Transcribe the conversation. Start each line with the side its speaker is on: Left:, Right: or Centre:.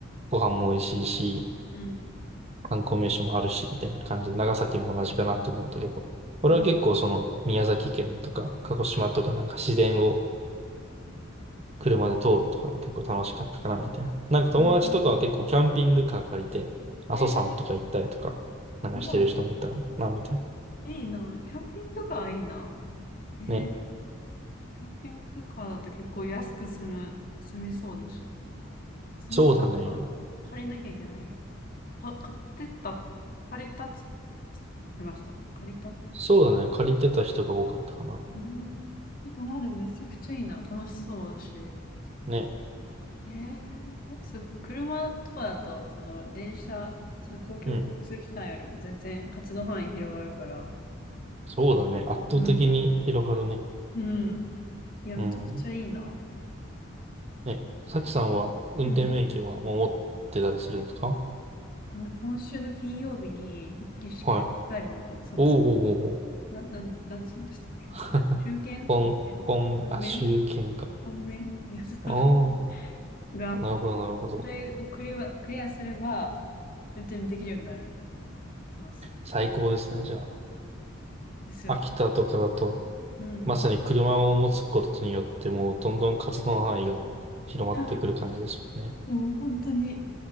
Right: ご飯も美味しいし、
Left: うん。
Right: 観光名所もあるし、みたいな感じで、長崎も同じかなと思うんだけど、俺は結構その宮崎県とか鹿児島とかなんか自然を
Left: うん。
Right: 車で通るとかも結構楽しかったかな、みたいな。なんか友達とかは結構キャンピングカー借りて、
Left: うん。
Right: 阿蘇山とか行ったりとか、
Left: へえ、
Right: なんかしてる人もいたな、
Left: うわ、
Right: みたいな。
Left: いいな。キャンピングカーいいな。へえ、
Right: ね。
Left: キャンピングカーだと結構安く済む、済みそうだし。その、
Right: そうだね。
Left: なんか、借りなきゃいけない。は、買ってった、借りたっつつってました。借りたう
Right: そうだね。借りてた人が多かったかな。
Left: ーん。まあでもめちゃくちゃいいな。楽しそうだし。へ
Right: ね。
Left: え、そう、車とかだと、その、電車、その公共交通機関よりも全然活動範囲広がるから、
Right: うん。そうだね。圧倒的に広がるね。
Left: うん。うん。いや、
Right: うん。
Left: めちゃくちゃいいなって。
Right: ね、さきさんは運転免許はもう持ってたりするんですか
Left: うん。あの、今週の金曜日に筆記試験、
Right: はい。
Left: 最後の卒、
Right: おうおうおうおう。
Left: な、なん、なんて言うんでしたっけ、
Right: <laughs>
Left: 卒、中堅卒検本面
Right: 本、本、あ、州県か。
Left: 本面いや、ちょっとわかんない
Right: ああ、
Left: <laughs> が、
Right: なるほど、なるほど。
Left: それをクリア、クリアすれば、運転できるようになります。
Right: 最高ですね、じゃあ。
Left: ですよ。
Right: 秋田とかだと、
Left: うん。
Right: まさに車を持つことによって、もうどんどん活動の範囲が広まってくる感じですもんね。
Left: あもう本当に、